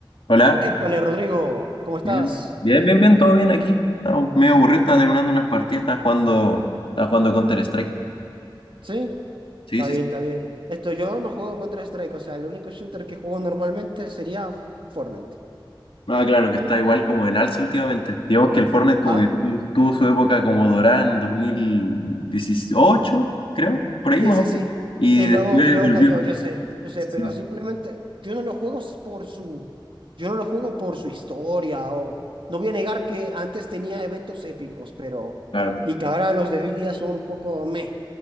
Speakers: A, on the left (about 85°); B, on the right (about 70°).
A: Hola,
B: Épale, Rodrigo, ¿cómo estás?
A: bien, bien, bien, bien, todo bien aquí. Estaba un- medio aburrido, estaba terminando unas partidas, estaba jugando, estaba jugando Counter-Strike.
B: ¿Sí?
A: Sí,
B: Está
A: sí,
B: bien,
A: sí.
B: está bien. Esto yo no juego Counter-Strike, o sea, el único shooter que juego normalmente sería Fortnite.
A: No, claro, que está igual como en alza últimamente. Digamos que el Fortnite como
B: ¿Ah?
A: que tu- tuvo su época como dorada en 2018, creo, por ahí
B: Sí,
A: más
B: sí,
A: o menos.
B: sí.
A: Y
B: Y
A: después
B: luego, y luego
A: volvió.
B: cayó, yo sé, yo sé,
A: Sí,
B: pero simplemente yo no lo juego s- por su, yo no lo juego por su historia o no voy a negar que antes tenía eventos épicos, pero
A: claro,
B: y que ahora los de hoy día son un poco meh,